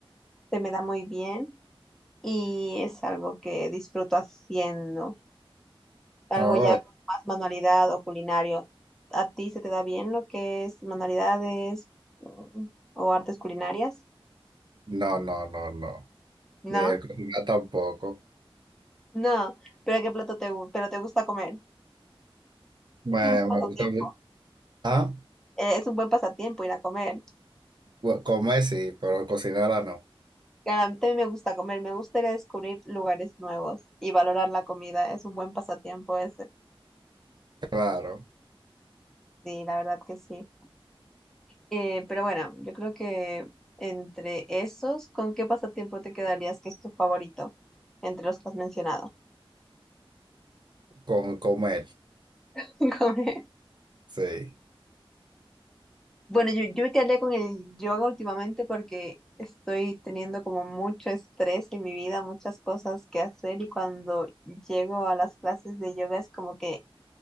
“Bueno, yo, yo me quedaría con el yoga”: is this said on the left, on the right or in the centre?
Centre